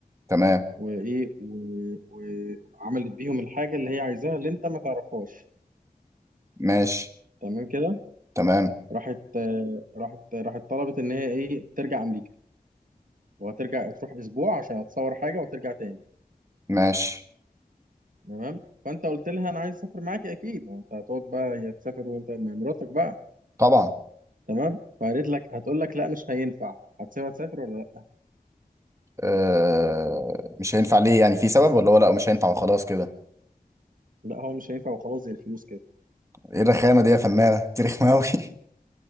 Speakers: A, on the right (about 20°); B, on the right (about 60°).
A: تمام
B: وايه و- وعملت بيهم الحاجه اللي هي عايزاها اللي انت ما تعرفهاش
A: ماشي
B: تمام كده
A: تمام
B: راحت آه، راحت راحت طلبت ان هي ايه ترجع امريكا وهترجع تروح اسبوع عشان هتصور حاجه وترجع تاني
A: ماشي
B: تمام فانت قلت لها انا عايز اسافر معاكي اكيد وانت هتقعد بقى هي تسافر وانت مع مراتك بقى
A: طبعا
B: تمام فقالت لك هتقول لك لا مش هينفع هتسيبها تسافر ولا لا
A: آه، مش هينفع ليه يعني في سبب ولا هو لا مش هينفع وخلاص كده
B: لا هو مش هينفع وخلاص زي الفلوس كده
A: ايه الرخامه دي يا فنانه تاريخ ماوي <laughs>